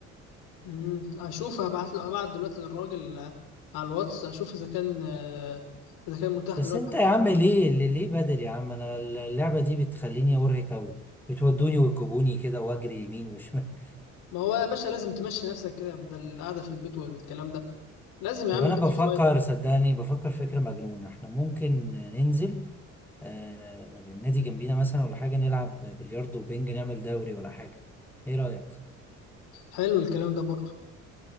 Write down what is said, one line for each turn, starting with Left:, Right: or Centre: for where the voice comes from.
Left: امم اشوف هبعت له هبعت دلوقتي للراجل آه، على الواتس اشوف اذا كان آه، اذا كان متاح
Centre: بس
Left: دلوقتي
Centre: انت
Left: حجز
Centre: يا عم
Left: ولا لا
Centre: ليه ليه ليه بدري يا عم انا اللعبة دي بتخليني ارهق قوي بتودوني وتجيبوني كده واجري يمين وشمال
Left: ما هو يا باشا لازم تمشي نفسك كده بدل القعده في البيت والكلام ده لازم
Centre: <laughs>
Left: يا
Centre: طب
Left: عم
Centre: انا
Left: تمشي
Centre: بفكر
Left: شويه
Centre: صدقني بفكر فكرة مجنونة احنا ممكن ننزل آه، النادي جنبينا مثلا ولا حاجة نلعب بلياردو وبنج نعمل دوري ولا حاجة ايه رأيك
Left: حلو الكلام ده برضه